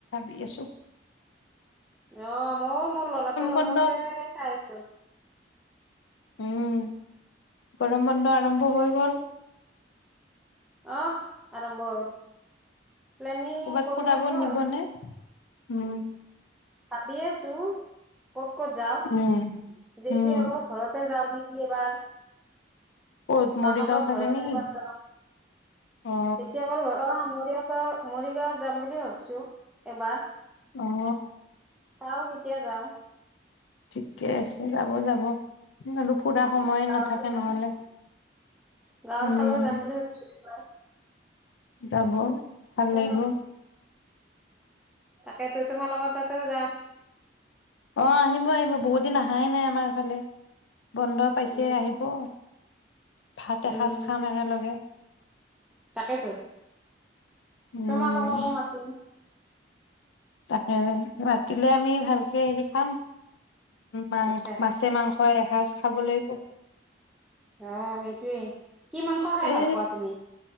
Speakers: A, on the left; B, in the centre.
A: বি আছোঁ।
B: অ', ময়ও মোৰ লৰাটোৰ লগতে
A: বন্ধ
B: চাই আছো।
A: উম গৰম বন্ধ আৰম্ভ হৈ গল।
B: <unintelligible> আৰম্ভ হ'ল প্লেনিং
A: কৰ'বাত
B: কৰিব
A: ফুৰাব
B: লাগিব
A: নিবনে
B: আৰু
A: উম।
B: ভাবি আছো। ক'ত ক'ত যাও
A: উম
B: যেঠিয়া
A: উম
B: আক ঘৰতে যাওঁ নেকি এবাৰ।
A: ক'ত
B: মামাকৰ
A: মৰিগাঁও
B: ঘৰতে
A: ফালে নেকি
B: এবাৰ যাওঁ,
A: অ
B: তেতিয়া বাৰু হ অ মোৰেয়ক ক মৰিগাঁৱত যাম বুলি ভাবিছো এবাৰ।
A: অ অ।
B: আও কেতিয়া যাও।
A: ঠিকে আছে যাব যাব আৰু পুৰা সময়ে
B: আৰু গাঁৱতো
A: নাথাকে
B: যাম
A: নহলে।
B: গাঁৱৰ
A: উম
B: ফালৰ যাম বুলি ভাবিছিলো এবাৰ।
A: যাব ভাল
B: তোমা-
A: লাগিব,
B: তাকেই তো তোমাৰ লগত তাতেও যাম।
A: অ আহিব আহিব বহুত দিন আহাই নাই আমাৰ ফালে। বন্ধ পাইছে
B: উম
A: আহিব। ভাত এসাঁজ
B: উম
A: খাম একেলগে।
B: তাকেতো
A: উম
B: তোমালোককো মাতিম।
A: তাকে মতিলে আমি ভালকে হেৰি খাম। মাং
B: আচ্ছা
A: মাছে মাংস এসাঁজ খাব লাগিব,
B: আহ সেইটোৱে কি মাংস খাই
A: এ
B: ভাল পোৱা তুমি?